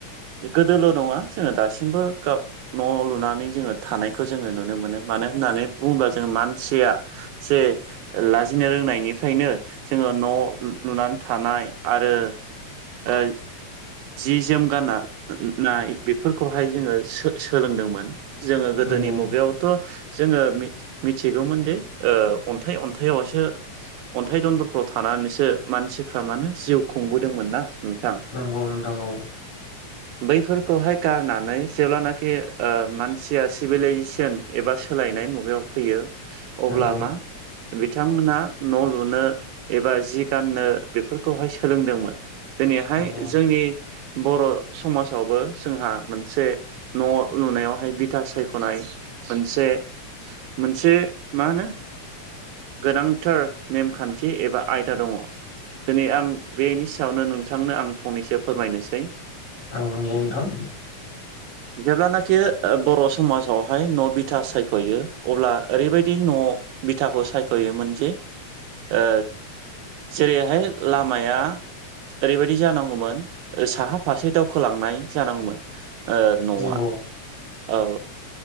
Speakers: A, on the right; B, on the left.
A: गोदोल' नङा जोङो दासिमबो गाव न' लुनानै जोङो थानायखौ जोङो नुनो मोनो मानो होननानै बुङोब्ला जोङो मानसिया जे लाजिनो रोंनायनिफ्रायनो जोङो न' लुनानै थानाय आरो ओ जि जोम गाननाय बेफोरखौहाय जोङो सो-सोलोंदोंमोन। जोङो गोदोनि
B: नंगौ
A: मुगायावथ' जोङो मि-मिथिगौमोन दि ओ अन्थाइ अन्थाइावसो अन्थाइ दन्दरफ्राव थानानैसो मानसिफ्रा मानो जिउ खुंबोदोंमोन ना नोंथां।
B: नंगौ नोंथांगौ औ
A: बैफोरखौहाय गारनानै जेब्लानाखि ओ मानसिया सिभिलाइजेसन एबा सोलायनाय मुगायाव फैयो
B: नंगौ
A: अब्ला
B: नंगौ
A: मा बिथांमोनहा न' लुनो एबा जि गाननो बेफोर खौहाय सोलोंदोंमोन दिनैहाय
B: औ
A: जोंनि बर' समाजावबो जोंहा मोनसे न' लुनायावहाय बिथ था सायख'नाय मोनसे-मोनसे मा होनो गोनांथार नेमखान्थि एबा आयदा दङ। दिनै आं बेनि सायावनो नोंथांनो आं फंनैसो फोरमायनोसै।
B: औ नंगौ नोंथां
A: जेब्लानाखि बर' समाजावहाय न' बि बिथा सायख'यो अब्ला ओरैबायदि न' बिथाखौ सायख'योमोन जे ओ जेरैहाय लामाया ओरैबायाददि जानांगौमोन साहा फारसे दावखोलांनाय जानांगौमोन। ओ न'आ
B: नंगौ
A: औ